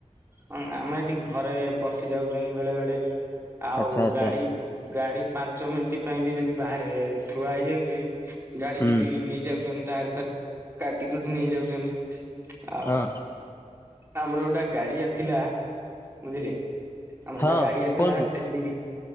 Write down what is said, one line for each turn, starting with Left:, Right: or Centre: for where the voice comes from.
Right: ହଁ ଆମ ଏଠି ଘରେ ପଶିଯାଉଚନ୍ତି ବେଳେ ବେଳେ। ଆଉ
Left: ଆଚ୍ଛା ଆଚ୍ଛା
Right: ଗାଡି ଗାଡି ପାଞ୍ଚ ମିନଟି ପାଇଁ ବି ଯଦି ବାହାରେ ଥୁଆ ହେଇଯାଉଚି ଗାଡିକି
Left: ହୁଁ
Right: ବି ନେଇଯାଉଚନ୍ତି ଟାୟାର ଫାୟାର କାଟି କୁଟି ନେଇଯାଉଚନ୍ତି ଆ
Left: ହଁ
Right: ଆମର ଗୋଟେ ଗାଡିଆ ଥିଲା ବୁଝିଲେ ଆମର
Left: ହଁ
Right: ଗୋଟେ ଗାଡିଆ ଥିଲା
Left: କୁହନ୍ତୁ
Right: ସେଠି ବି